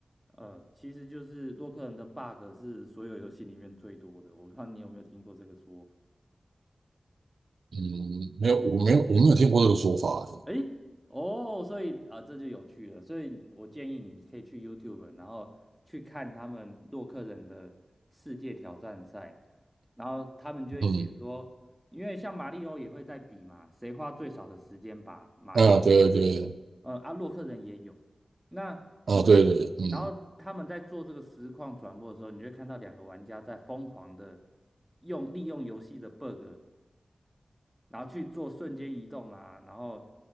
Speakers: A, in the centre; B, on the right.
A: 呃，其实就是洛克人的 bug 是所有游戏里面最多的，我不知道你有没有听过这个说法。
B: 嗯，没有我没有我没有听过这个说法欸，
A: 诶，哦，所以啊，这就有趣了。所以我建议你可以去 YouTube，然后去看他们洛克人的世界挑战赛，然后他们就会解说，
B: 嗯。
A: 因为像马里奥也会在比嘛，谁花最少的时间把马里奥，
B: 啊，对对对，
A: 呃，啊，洛克人也有。那你会，
B: 啊，对对，嗯，
A: 然后他们在做这个实况转播的时候，你会看到两个玩家在疯狂的用利用游戏的 bug 然后去做瞬间移动啊，然后